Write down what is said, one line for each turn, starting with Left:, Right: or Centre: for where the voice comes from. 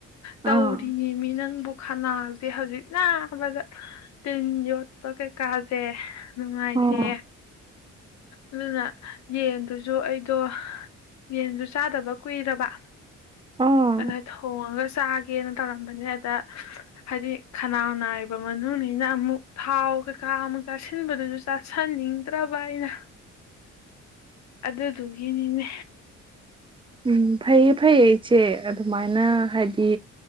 Left: ꯇꯧꯔꯤꯅꯤ
Right: ꯑꯥ
Left: ꯃꯤ ꯅꯪꯕꯨ ꯈꯅꯥꯁꯦ ꯍꯧꯖꯤꯛ ꯅꯥꯕꯗꯥ ꯇꯤꯟꯒꯥ ꯌꯣꯟ ꯄꯣ ꯀꯩꯀꯥꯁꯦ ꯅꯨꯡꯉꯥꯏꯇꯦ
Right: ꯑꯣ
Left: ꯑꯗꯨꯅ ꯌꯦꯟꯗꯨꯁꯨ ꯑꯩꯗꯣ ꯌꯦꯟꯗꯨ ꯆꯥꯗꯕ ꯀꯨꯏꯔꯕ
Right: ꯑꯣ
Left: ꯑꯗ ꯊꯣꯡꯉꯒ ꯆꯥꯒꯦꯅ ꯇꯧꯔꯝꯕꯅꯦ ꯑꯗ ꯍꯥꯏꯗꯤ ꯈꯅꯥ ꯅꯥꯏꯕ ꯃꯅꯨꯡꯅ ꯑꯃꯨꯛ ꯊꯥꯎ ꯀꯩꯀꯥ ꯑꯃꯨꯛ ꯆꯥꯁꯤꯟꯕꯗꯁꯨ ꯆꯥꯁꯤꯟꯅꯤꯡ ꯐꯠꯇ꯭ꯔꯕ ꯍꯥꯏꯅ ꯑꯗꯨꯗꯨꯒꯤꯅꯤꯅꯦ
Right: ꯎꯝ ꯐꯩꯌꯦ ꯐꯩꯌꯦ ꯑꯩꯆꯦ ꯑꯗꯨꯃꯥꯏꯅ ꯍꯥꯏꯗꯤ